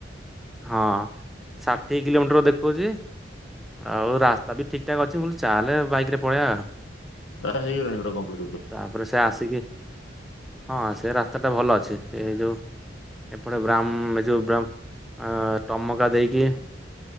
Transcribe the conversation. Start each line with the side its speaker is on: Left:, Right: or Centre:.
Centre: ହଁ ଷାଠିଏ କିଲୋମିଟର ଦେଖଉଚି। ଆଉ ରାସ୍ତା ବି ଠିକ୍ ଠାକ୍ ଅଛି ବୋଲି ଚାଲେ ଆଉ ବାଇକ ରେ ପଳେଇଆ ଆଉ।
Left: କରାଯାଇହେଇଗଲାଣି ପୁରା କମ୍ପ୍ଲିଟ ରୂପେ।
Centre: ତାପରେ ସେ ଆସିକି ହଁ ସେ ରାସ୍ତାଟା ଭଲ ଅଛି। ଏ ଯୋଉ ଏପଟେ ବ୍ରା ଯୋଉ ବ୍ରାଉନ ଟମକା ଦେଇକି